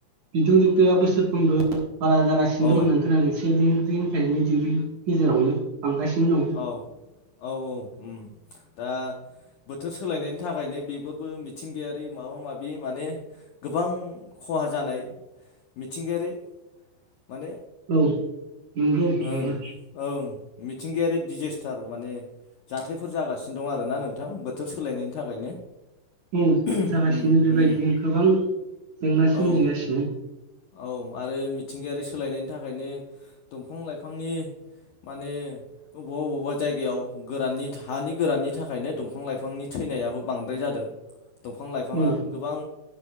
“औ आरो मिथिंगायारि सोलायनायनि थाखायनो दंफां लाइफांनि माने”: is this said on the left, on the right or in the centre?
Left